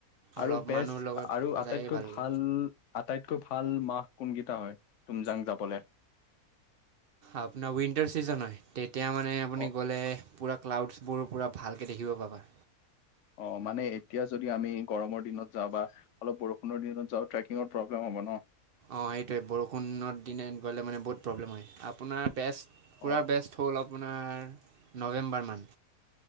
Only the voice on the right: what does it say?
অলপ
মানুহৰ লগত
যায়েই
লাগে।
আপোনাৰ উইন্টাৰ চিজন হয় তেতিয়া মানে আপুনি
গ'লে পুৰা ক্লাউডছবোৰ পুৰা ভালকে দেখিব পাবা।
অ সেইটোৱে বৰষুণৰ দিনত গ'লে মানে বহুত প্ৰব্লেম হয়। আপোনাৰ বেষ্ট পূৰা
বেষ্ট হ'ল আপোনাৰ নৱেম্বৰমান।